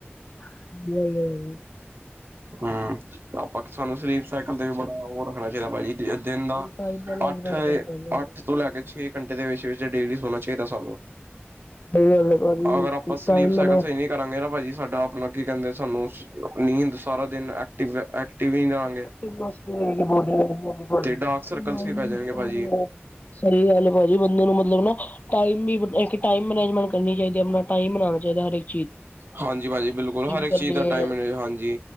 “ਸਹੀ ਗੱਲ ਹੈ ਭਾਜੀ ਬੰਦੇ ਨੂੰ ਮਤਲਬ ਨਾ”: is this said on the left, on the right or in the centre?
Left